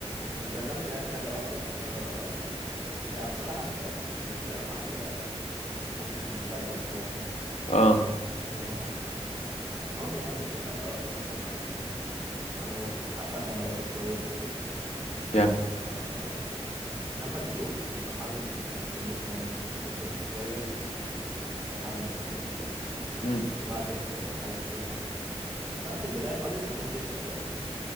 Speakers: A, on the right (about 15°); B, on the left (about 85°).
A: كنت دخلت يعني كذا واحدة آه يعني بصراحة أنت بالكلام معاك كده حاسس بنوستالجيا شوية يعني
B: اه
A: آه، المهم يعني كنت دخلت اه كذا مسابقة آه وكنت حققنا مراكز كويسة يعني
B: جامد
A: آه أما الفلوت كنت بتعلم آه في البيت مع نفسي يعني كنت بشوف توتوريالز وبتعلم كنت
B: امم
A: كنت بعزف آه، حاجات كتير يعني آه في البداية خالص ما كنتش آه،